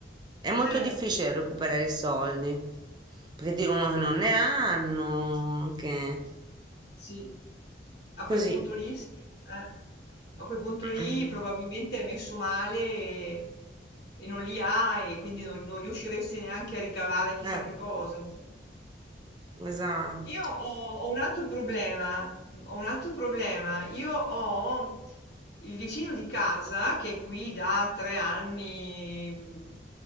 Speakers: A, on the right (about 25°); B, on the left (about 60°).
A: è molto
B: Eh,
A: difficile recuperare i soldi, perché dicono che non ne hanno, che
B: sì, a
A: così.
B: quel punto lì sì, eh. A quel punto
A: <clears throat>
B: lì probabilmente è messo male e, e non li ha e quindi non, non riusciresti neanche a ricavare chissà
A: Eh,
B: che cosa, insomma.
A: esatto.
B: Io ho, ho un altro problema, mm, ho un altro problema. Io ho il vicino di casa che è qui da tre anni mm,